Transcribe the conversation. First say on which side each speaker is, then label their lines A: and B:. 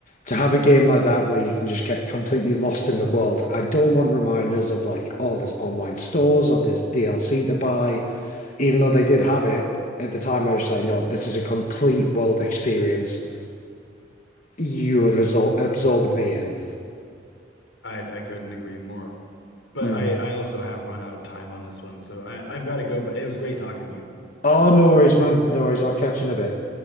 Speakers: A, on the left; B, on the left.
A: to have a game like that where you can just get completely lost in the world, I don't want reminders of like, oh, there's online stores or there's DLC to buy. Even though they did have it at the time, I was like, no, this is a complete world experience. You have absor- absorbed me in.
B: I I couldn't agree more. But
A: Mm.
B: I I also have run out of time on this one, so I I've got to go. But it was great talking to you.
A: Oh, no worries, man. No worries. I'll catch you in a bit.